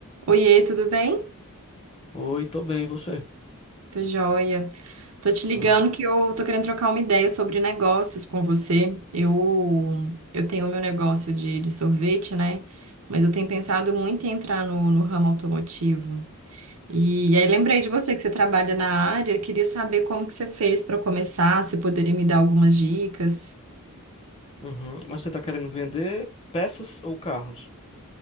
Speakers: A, on the right; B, on the left.
A: Oiê, tudo bem?
B: Oi, tô bem, e você?
A: Tô joia. Tô te ligando
B: Ah,
A: que eu tô querendo trocar uma ideia sobre negócios com você. Eu, eu tenho meu negócio de, de sorvete, né? Mas eu tenho pensado muito em entrar no, no ramo automotivo. E, aí lembrei de você que você trabalha na área, queria saber como que você fez para começar, se poderia me dar algumas dicas.
B: uhum. Mas você tá querendo vender peças ou carros?